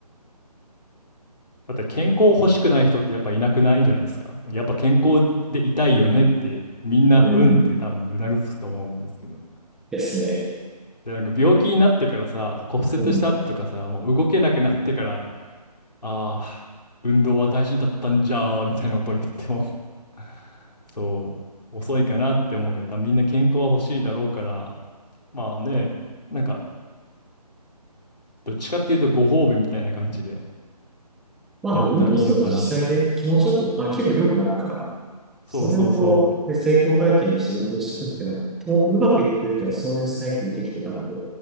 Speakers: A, on the left; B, in the centre.
A: だって健康欲しくない人ってやっぱいなくないじゃないですか。やっぱ健康でいたいよねってみんなうんって多分うなずくと思うんですけど。
B: うん。ですね。
A: で、なんか病気になってからさ、骨折した後とかさ、
B: うん。
A: もう動けなくなってから、ああ、運動は大事だったんじゃーみたいなことを言っても、<laughs> そう、遅いかなって思うから、だからみんな健康は欲しいだろうから、まあね、なんかどっちかっていうとご褒美みたいな感じで。
B: まあでも運動すると実際で気持ちよく、
A: やったらいいのかなって。
B: あ、気分良くなるから、
A: そうそうそう。
B: それをこう、で、成功体験にして運動していくっていうのは、もうまくいってるけど、そういうサイクルできてたので、